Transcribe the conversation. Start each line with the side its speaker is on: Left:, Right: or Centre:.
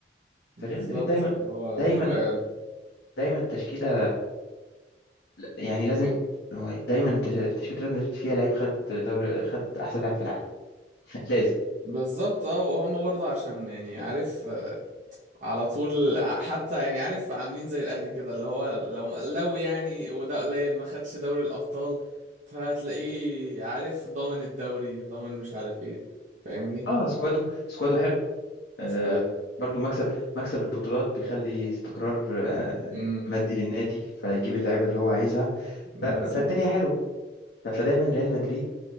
Right: بالظبط
Left: فريال مدريد دايما
Right: اللي هو
Left: دايما
Right: تقال
Left: دايما تشكيله يعني لازم هو دايما تش- تشكيله ريال مدريد فيها لعيب خد دوري خد احسن لاعب في العالم <laughs> لازم
Right: بالظبط اه وهم برضه عشان يعني عارف آه، على طول آه، حتى يعني عارف عاملين زي الاهلي كده اللي هو لو لو يعني وده قليل ما خدش دوري الابطال فهتلاقيه عارف ضامن الدوري ضامن مش عارف ايه فاهمني
Left: اه سكوادو سكوادو حلو آه،
Right: ف
Left: برضو مكسب مكسب البطولات بيخلي استقرار آه،
Right: امم
Left: مادي للنادي فيجيب اللعيبه اللي هو عايزها
Right: بالظبط
Left: ف- فالدنيا حلوه ف- فدايما ريال مدريد